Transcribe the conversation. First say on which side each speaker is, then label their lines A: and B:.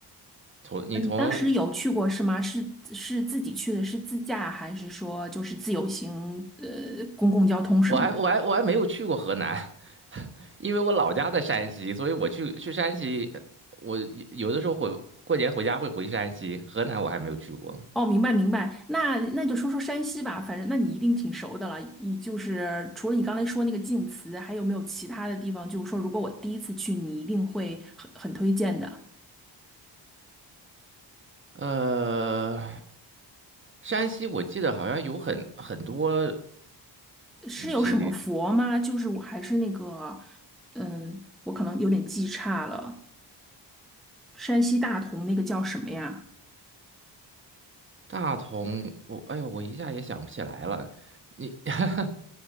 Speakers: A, on the right; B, in the centre.
A: 从你从
B: 当时有去过是吗？是是自己去的，是自驾还是说就是自由行？呃，公共交通什么的？
A: 我还我还我还没有去过河南，<laughs> 因为我老家在山西，所以我去去山西，我有有的时候回过年回家会回山西，河南我还没有去过，
B: 哦，明白明白。那那就说说山西吧，反正那你一定挺熟的了。你就是除了你刚才说那个晋祠，还有没有其他的地方？就是说，如果我第一次去，你一定会很很推荐的。
A: 呃，山西我记得好像有很很多
B: 是有什么佛吗？
A: 旅行地。
B: 就是我还是那个，嗯，我可能有点记差了。山西大同那个叫什么呀？
A: 大同，我哎呦，我一下也想不起来了。你 <laughs>